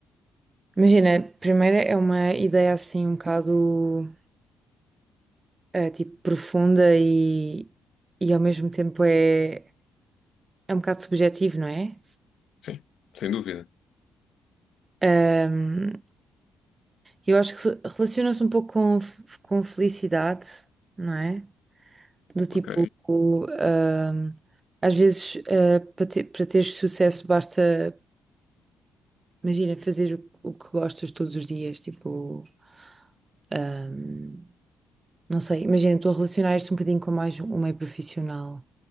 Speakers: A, on the right (about 25°); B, on the left (about 65°).
A: Imagina, primeiro é uma ideia assim um bocado eh, tipo profunda e, e ao mesmo tempo é, é um bocado subjetivo, não é?
B: Sim, sem dúvida.
A: Ahm, Eu acho que se- relaciona-se um pouco com, f- com felicidade, não é? Do tipo,
B: Ok.
A: o, ahm, às vezes, ah, para ter, para teres sucesso, basta, imagina, fazer o, o que gostas todos os dias. Tipo, ahm, não sei, imagina, estou a relacionar isto um bocadinho com mais um meio profissional,